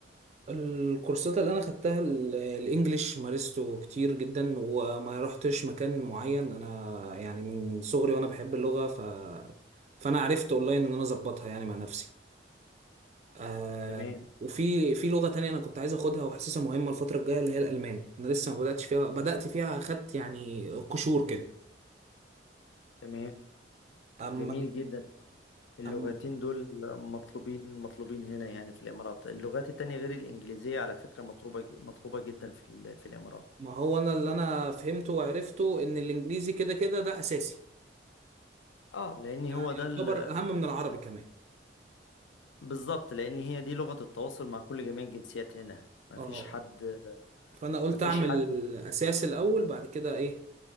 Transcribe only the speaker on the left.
تمام
تمام
جميل جدا اللغتين
دول مطلوبين مطلوبين هنا يعني في الامارات اللغات التانية غير الانجليزيه على فكره مطلوبه ج- مطلوبه جدا في ال- في الامارات
اه لان
هو ده ال-
بالظبط لان هي دي لغه التواصل مع كل جميع الجنسيات هنا مفيش
حد
مفيش
حد